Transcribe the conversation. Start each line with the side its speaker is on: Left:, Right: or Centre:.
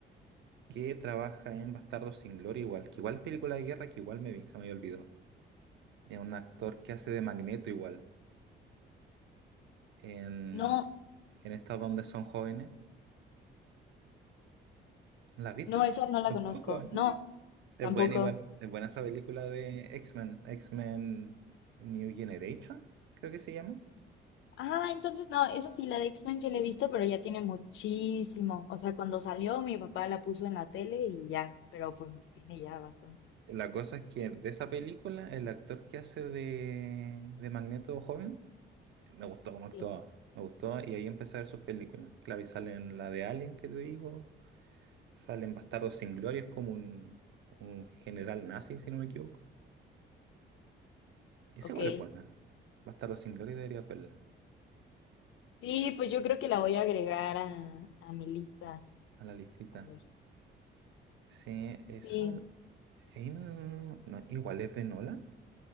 Right: que trabaja en Bastardos sin Gloria igual, que igual es película de guerra, que igual me vi, se me había olvidado. Es un actor que hace de Magneto igual, en,
Left: No,
Right: en estas donde son jóvenes. ¿No ¿La has visto?
Left: no, esa no la
Right: Tampoco,
Left: conozco.
Right: no.
Left: No,
Right: Es
Left: tampoco.
Right: buena igual, es buena esa película de X-Men, X-Men New Generation, creo que se llama.
Left: Ah, entonces no, esa sí, la de X-Men sí la he visto, pero ya tiene muchísimo. O sea, cuando salió mi papá la puso en la tele y ya, pero pues tiene ya bastante.
Right: La cosa es que de esa película, el actor que hace de, de Magneto joven Me gustó cómo actuaba,
Left: Sí,
Right: me gustó y ahí empecé a ver sus películas. Claro, y salen la de Alien que te digo, salen Bastardos sin Gloria, es como un, un general nazi, si no me equivoco. Y esa
Left: ok.
Right: igual es buena. Bastardos sin Gloria deberías verla
Left: Sí, pues yo creo que la voy a agregar a, a mi lista.
Right: a la listita.
Left: A ver,
Right: Sí, esa
Left: sí.
Right: eh, no, no, igual es de Nolan.